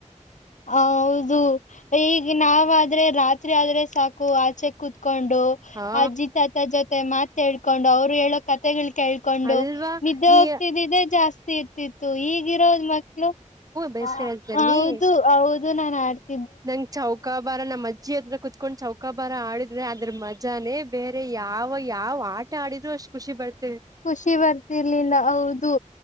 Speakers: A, on the left; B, on the right.
A: ಹ ಹೌದು ಈಗ ನಾವ ಆದ್ರೆ ರಾತ್ರಿ ಆದ್ರೆ ಸಾಕು ಆಚೆ ಕೂತ್ ಕೊಂಡು
B: ಹಾ
A: ಅಜ್ಜಿ ತಾತ ಜೊತೆ ಮಾತೇಡ್ಕೊಂಡು ಅವ್ರು ಹೇಳೋ ಕತೆೆಗಳ ಕೇಳ್ಕೊಂಡು
B: ಅಲ್ವಾ
A: ನಿದ್ದೆ
B: ನೀ
A: ಹೋಗ್ತಿದ್ದ್ರೆ ಜಾಸ್ತಿ ಇರ್ತಿತ್ತು ಈಗಿರೋದ ಮಕ್ಳು
B: ಬೇಸಿಗೆಜಲ್ಲಿ
A: ಆ, ಹೌದು ಹೌದು ನಾನ್ ಆಡ್ತ
B: ನಂ ಚೌಕಾ ಬಾರ ನಮ್ಮ ಮಜ್ಜ ಜಿತ್ರ <unintelligible> ಕುೂತ್ಕೊಂಡ್ ಚೌಕಾ ಬರ ಆಡಿದ್ರೆ ಅದ್ರ ಮಜಾನೇ ಬೇರೆ ಯಾವ ಯಾವ ಆಟ ಆಡಿದ್ರು ಅಷ್ಟ ಖುಿರ್ <unintelligible>
A: ಖುಷಿ ಬರ್ತಿರ್ಲಿಲ್ಲ ಹೌದು